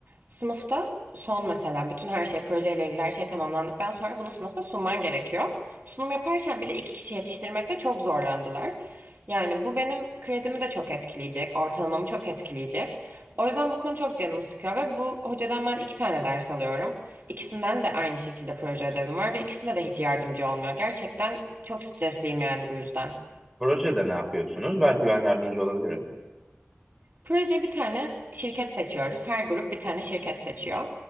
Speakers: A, on the right; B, in the centre.
A: sınıfta son mesela bütün her şey projeyle ilgili her şey tamamlandıktan sonra bunu sınıfta sunman gerekiyor. Sunum yaparken bile iki kişi yetiştirmekte çok zorlandılar. Yani bu benim kredimi de çok etkileyecek, ortalamamı çok etkileyecek. O yüzden bu konu çok canımı sıkıyor ve bu hocadan ben iki tane ders alıyorum. İkisinden de aynı şekilde proje ödevim var ve ikisinde de hiç yardımcı olmuyor. Gerçekten çok stresliyim yani bu yüzden.
B: Projede ne yapıyorsunuz? Belki ben yardımcı olabilirim.
A: Proje bir tane şirket seçiyoruz. Her grup bir tane şirket seçiyor.